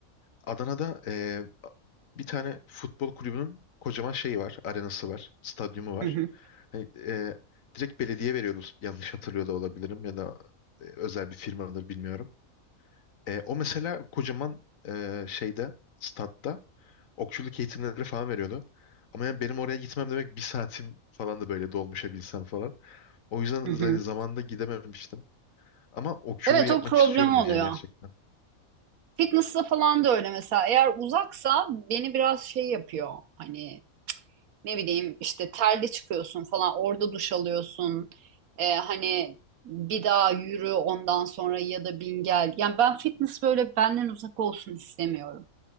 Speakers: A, on the left; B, on the right.
A: Adana'da e, bir tane futbol kulübünün kocaman şeyi var. Arenası var. Stadyumu var.
B: Hı hı,
A: Hani, e, direkt belediye veriyordu. Yanlış hatırlıyor da olabilirim ya da e, özel bir firmadır bilmiyorum. E, o mesela kocaman e, şeyde statta okçuluk eğitimleri falan veriyordu. Ama yani benim oraya gitmem demek bir saatim falan da böyle dolmuşa binsem falan. O yüzden
B: hı
A: hani
B: hı.
A: zamanında gidememiştim. Ama okçuluğu
B: Evet
A: yapmak
B: o problem
A: istiyorum
B: oluyor.
A: ya gerçekten.
B: Fitness'la falan da öyle mesela. Eğer uzaksa beni biraz şey yapıyor. Hani ne bileyim işte terli çıkıyorsun falan orada duş alıyorsun. Ee, hani bir daha yürü ondan sonra ya da bin gel. Yani ben fitness böyle benden uzak olsun istemiyorum.